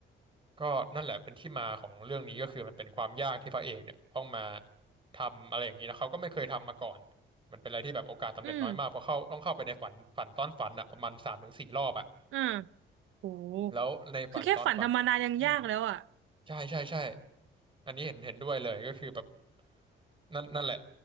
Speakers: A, on the right; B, on the right.
A: ก็นั่นแหละเป็นที่มาของเรื่องนี้ก็คือมันเป็นความยากที่พระเอกเนี่ยต้องมาทำอะไรอย่างนี้นะเขาก็ไม่เคยทำมาก่อนมันเป็นอะไรที่แบบโอกาสสำเร็จน้อยมากเพราะเข้าต้องเข้าไปในฝันฝันซ้อนฝันอ่ะประมาณสามถึงสี่รอบอ่ะ
B: อืมอ่าโห
A: แล้วในฝันซ้อนฝัน
B: คือแค่ฝันธรรมดายังยากแล้วอ่ะ
A: อืม ใช่ใช่ใช่ อันนี้เห็นเห็นด้วยเลยก็คือแบบนั่นนั่นแหละ